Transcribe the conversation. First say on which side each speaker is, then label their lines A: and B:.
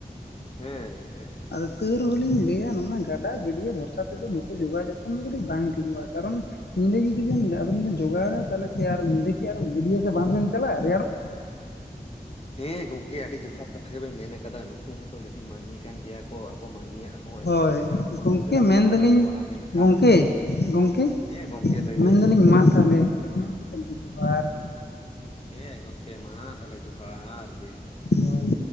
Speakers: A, on the left (about 35°); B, on the left (about 85°).
A: ᱦᱮᱸ ᱜᱚᱢᱠᱮ ᱾
B: ᱟᱫᱚ ᱛᱟᱹᱣ ᱨᱮᱦᱚ ᱞᱤᱧ ᱞᱟᱹᱭᱟ ᱱᱚᱜ ᱜᱟᱰᱟ ᱜᱟᱹᱰᱭᱟᱹ ᱵᱷᱚᱨᱥᱟ ᱛᱮᱫᱚ ᱱᱩᱠᱩ ᱡᱚᱜᱟᱣ ᱡᱚᱛᱚᱱ ᱫᱚ ᱠᱟᱹᱴᱤᱡ ᱵᱟᱝ ᱴᱷᱤᱠᱚᱜᱼᱟ ᱠᱟᱨᱚᱱ ᱩᱱᱤ ᱡᱩᱫᱤ ᱵᱮᱱ ᱟᱵᱮᱱ ᱵᱮᱱ ᱡᱚᱜᱟᱣ ᱮᱭᱟ ᱛᱟᱦᱚᱞᱮ ᱥᱮ ᱟᱨ ᱧᱤᱫᱟᱹ ᱠᱤ ᱟᱨ ᱜᱟᱹᱰᱭᱟᱹ ᱥᱮ ᱵᱟᱸᱫᱷ ᱵᱮᱱ ᱪᱟᱞᱟᱜᱼᱟ ᱨᱮᱭᱟᱲᱚᱜ?
A: ᱦᱮᱸ ᱜᱚᱝᱠᱮ ᱟᱹᱰᱤ ᱡᱚᱛᱷᱟᱛ ᱠᱟᱛᱷᱟ ᱜᱮᱵᱮᱱ ᱢᱮᱱ ᱟᱠᱟᱫᱟ ᱱᱩᱠᱩ ᱦᱚᱸᱛᱚ ᱢᱤᱫᱴᱤᱡ ᱢᱟᱹᱱᱢᱤ ᱠᱟᱱ ᱜᱮᱭᱟ ᱠᱚ ᱟᱵᱚ ᱢᱟᱹᱱᱢᱤᱭᱟᱜ ᱦᱚᱸ
B: ᱦᱳᱭ
A: ᱟᱹᱰᱤ ᱮᱴᱟᱜ ᱨᱚᱠᱚᱢ
B: ᱜᱚᱢᱠᱮ
A: ᱚᱸᱡᱽᱨᱟ ᱢᱮᱱᱟᱜ
B: ᱢᱮᱱᱫᱟᱞᱤᱧ
A: ᱟᱠᱟᱫ ᱛᱟᱵᱚᱱᱟ ᱢᱮᱱᱠᱷᱟᱱ
B: ᱜᱚᱢᱠᱮ ᱜᱚᱢᱠᱮ
A: ᱦᱮᱸ ᱜᱚᱝᱠᱮ ᱞᱟᱹᱭ
B: ᱢᱮᱱ
A: ᱵᱮᱱ
B: ᱫᱟᱹᱞᱤᱧ ᱢᱟ ᱛᱟᱦᱚᱞᱮ ᱢᱮᱱ ᱠᱟᱛᱮᱫ ᱜᱮ ᱡᱚᱦᱟᱨ ᱾
A: ᱦᱮᱸ ᱜᱚᱢᱠᱮ ᱢᱟ ᱛᱟᱦᱚᱞᱮ ᱡᱚᱦᱟᱨ ᱜᱮ ᱾
B: ᱦᱳᱭ